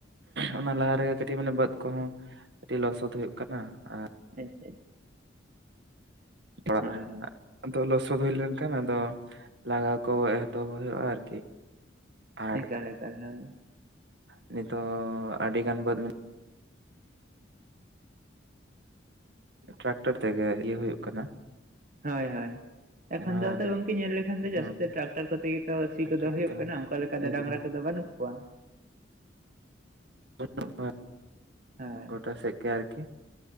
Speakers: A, on the right; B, on the right.
A: ᱚᱱᱟ ᱞᱟᱦᱟ ᱨᱮᱜᱮ ᱠᱟᱹᱴᱤᱡ ᱢᱟᱱᱮ ᱵᱟᱹᱫᱽ ᱠᱚᱦᱚᱸ ᱼᱼ ᱟᱹᱰᱤ ᱞᱚᱥᱚᱫ ᱦᱩᱭᱩᱜ ᱠᱟᱱᱟ ᱟᱨ ᱼᱼ
B: ᱟᱪᱪᱷᱟ <inaudible>
A: ᱛᱚᱲᱟ
B: ᱦᱳᱭ ᱦᱳᱭ
A: ᱟᱫᱚ ᱞᱚᱥᱚᱫ ᱦᱩᱭ ᱞᱮᱱᱠᱷᱟᱱ ᱟᱫᱚ ᱞᱟᱜᱟᱣ ᱠᱚ ᱮᱛᱚᱦᱚᱵ ᱦᱩᱭᱩᱜᱼᱟ ᱟᱨᱠᱤ। ᱟᱨ
B: ᱮᱠᱟᱞ ᱮᱠᱟᱞ ᱦᱳᱭ।
A: ᱱᱤᱛᱚᱜ ᱟᱹᱰᱤᱜᱟᱱ ᱵᱟᱹᱫᱽ ᱴᱨᱟᱠᱴᱚᱨ ᱛᱮᱜᱮ ᱤᱭᱟᱹ ᱦᱩᱭᱩᱜ ᱠᱟᱱᱟ।
B: ᱦᱳᱭ ᱦᱳᱭ ᱮᱠᱷᱚᱱ
A: ᱚᱱᱟ
B: ᱫᱚ ᱟ ᱜᱚᱝᱠᱮ ᱧᱮᱞ ᱞᱮᱠᱷᱟᱱ ᱫᱚ
A: ᱦᱮᱸ
B: ᱡᱟᱹᱥᱛᱤ ᱴᱨᱟᱠᱴᱟᱨ ᱠᱚᱛᱮ ᱜᱮᱛᱚ ᱥᱤ
A: ᱴᱨᱟᱠᱴᱟᱨ
B: ᱠᱚᱫᱚ ᱦᱩᱭᱩᱜ
A: ᱠᱚᱛᱮ
B: ᱠᱟᱱᱟ᱾ ᱚᱱᱠᱟ ᱞᱮᱠᱟ ᱫᱚ
A: ᱮᱠᱫᱚᱢ।
B: ᱰᱟᱝᱨᱟ ᱼᱼ ᱠᱚᱫᱚ ᱵᱟᱹᱱᱩᱜ ᱠᱚᱣᱟ।
A: ᱵᱟᱱᱩᱜ ᱠᱚᱭᱟ
B: ᱦᱳᱭ
A: ᱜᱳᱴᱟ ᱥᱮᱫ ᱜᱮ ᱟᱨᱠᱤ।